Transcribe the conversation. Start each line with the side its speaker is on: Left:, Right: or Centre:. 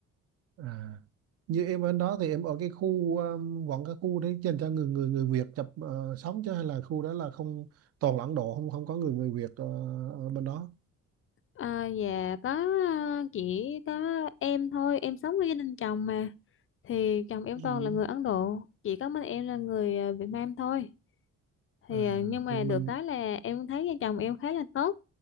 Right: à. như em ở đó thì em ở cái khu um, vẫn cái khu đấy dành cho người người người Việt chập ờ, sống chứ hay là khu đó là không toàn là Ấn Độ không không có người người Việt ờ, ở bên đó
Left: À, dạ có ờ, chỉ có em thôi em sống với gia đình chồng mà thì chồng em
Right: Ừ.
Left: toàn là người Ấn Độ chỉ có mình em là người ờ, Việt Nam thôi thì
Right: À,
Left: ờ, nhưng mà
Right: thì mình
Left: được cái là em thấy vợ chồng em khá là tốt